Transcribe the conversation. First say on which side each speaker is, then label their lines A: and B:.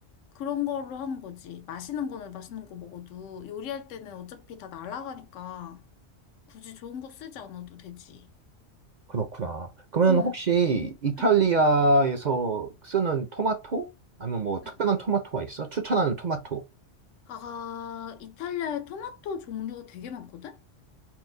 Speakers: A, on the left; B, on the right.
A: 그런 걸로 하는 거지. 맛있는 거는 맛있는 거 먹어도 요리할 때는 어차피 다 날아가니까 굳이 좋은 거 쓰지 않아도 되지.
B: 그렇구나. 그러면
A: 응,
B: 혹시 이탈리아에서
A: 응,
B: 쓰는 토마토? 아니면 뭐 특별한
A: 응.
B: 토마토가 있어? 추천하는 토마토?
A: 아, 이탈리아에 토마토 종류가 되게 많거든?